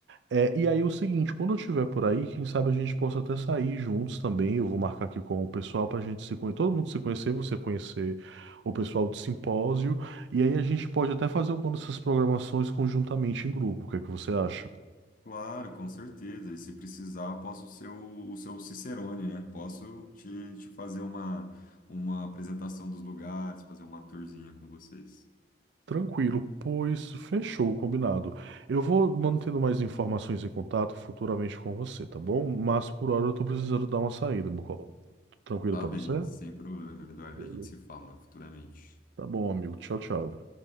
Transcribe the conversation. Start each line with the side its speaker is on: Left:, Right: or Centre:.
Right: É, e aí o seguinte, quando eu estiver por aí, quem sabe a gente possa até sair juntos também. Eu vou marcar aqui com o pessoal para a gente se conhecer, todo mundo se conhecer, você conhecer o pessoal do simpósio. E aí a gente pode até fazer alguma dessas programações conjuntamente em grupo. O que é que você acha?
Left: Claro, com certeza. E se precisar, posso ser o, o seu Cicerone, né? Posso te, te fazer uma, uma apresentação dos lugares, fazer uma tourzinha com vocês.
Right: Tranquilo, pois fechou, combinado. Eu vou mantendo mais informações em contato futuramente com você, tá bom? Mas por hora eu tô precisando dar uma saída, meu colo. Tranquilo
Left: Tá
Right: para
Left: bem,
Right: você?
Left: sem problema, Eduardo.
Right: Beleza.
Left: A gente se fala futuramente.
Right: Tá bom, amigo. Tchau, tchau.